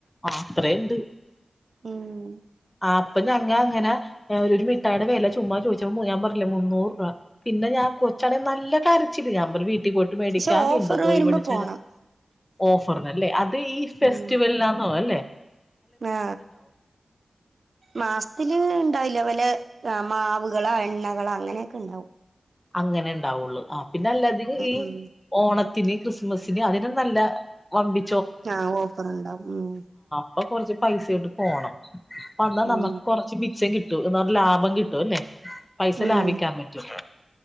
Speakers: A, on the left; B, on the right.
A: അത്രേ ഇണ്ട്
B: ഉം
A: ആപ്പ് പിന്നെ ഞങ്ങെ അങ്ങനെ ഒ ഒരു മിട്ടായിടെ വെല ചുമ്മാ ചോദിച്ചപ്പൊ ഞാൻ പറഞ്ഞില്ലെ മുന്നൂറ് രൂപ പിന്നെ ഞാൻ കൊച്ചാണെ നല്ല കരച്ചില് ഞാൻ പറഞ്ഞ് വീട് ട്ടീ പോയ്‌ട്ട് മേടിക്കാ
B: പക്ഷെ
A: കിണ്ടർ
B: ഓഫർ
A: ജോയ്
B: വരുമ്പോ
A: മേടിച്ചരാ
B: പോണം
A: ഓഫറിനല്ലേ അത് ഈ ഫെസ്
B: ഉം
A: ആന്നോ അല്ലേ
B: ആ മാസത്തില് ഇണ്ടാവില്ല വല്ല ആ മാവ്കളോ എണ്ണകളോ അങ്ങനെക്ക ഇണ്ടാവും
A: അങ്ങനെണ് ണ്ടാവുള്ളൂ ആ പിന്നെ അല്ലാതിനി ഈ
B: ഉം
A: ഓണ ത്തിന് ക്രിസ്മസിന് അതിനും നല്ല വമ്പി
B: ആ ഓഫർണ്ടാവും ഉം
A: പ്പൊ കൊറച്ച് പൈസായിട്ട് പോണം അപ്പന്ന
B: ഉം
A: നമ്മക്ക് കൊറച്ച് മിച്ചം കി ട്ടു എന്ന് പറഞ്ഞ ലാഭം കിട്ടു അല്ലെ പൈസ
B: ഉം
A: ലാഭിക്കാൻ പറ്റു